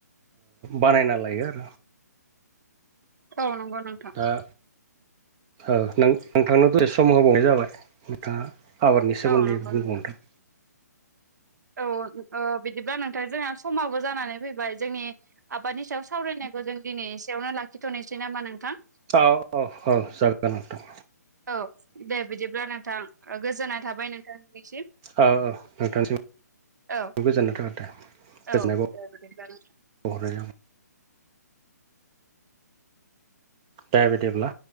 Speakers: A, on the right (about 15°); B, on the right (about 75°).
A: बानायना लायो आरो।
B: औ नंगौ नोंथां।
A: दा औ नोंथांनावथ' एसे सम होबावनाय जाबाय नोंथाङा आबादनि सोमोन्दै
B: औ नंगौ
A: बुंबावनो
B: नोंथां
A: थाखाय।
B: औ बिदिब्ला नोंथां जोंहा समाबो जानानै फैबाय जोंनि आबादनि सायाव सावरायनायखौ जों दिनै एसेयावनो लाखिथ'नोसै नामा नोंथां।
A: औ औ औ जागोन नोंथां।
B: औ दे बिदिब्ला नोंथां गोजोननाय थाबाय नोंथांनिसिम।
A: औ औ नोंथांसिम
B: औ
A: गोजोननाय थाबाय नोंथा
B: औ
A: गोजोन नाय।
B: दे बिदिब्ला नोंथां।
A: <unintelligible> दे बिदिब्ला